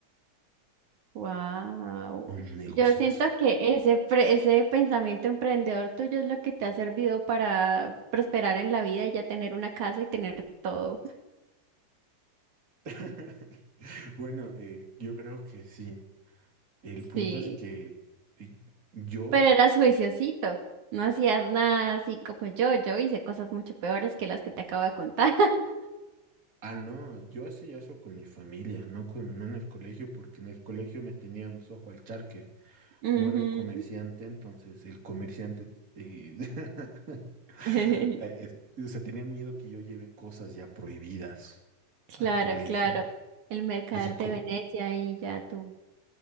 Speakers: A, on the right; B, on the right.
A: Wow.
B: Un negociazo.
A: Yo siento que ese, pre- ese pensamiento emprendedor tuyo es lo que te ha servido para prosperar en la vida y ya tener una casa y tener todo.
B: <laughs> Bueno, eh, yo creo que sí. El punto
A: Sí.
B: es que eh, yo
A: Pero eras juiciosito, no hacías nada así como yo. Yo hice cosas mucho peores que las que te acabo de contar.
B: Ah, no, yo hacía eso con mi familia, no con, no en el colegio, porque en el colegio me tenían pues, ojo al charque.
A: <laughs> Ujú.
B: Como era el comerciante, entonces el comerciante eh, <laughs>
A: <laughs>
B: eh, es- o sea, tenían miedo que yo lleve cosas ya prohibidas
A: Claro,
B: al colegio.
A: claro. El mercader
B: Así como,
A: de Venecia y ya tú.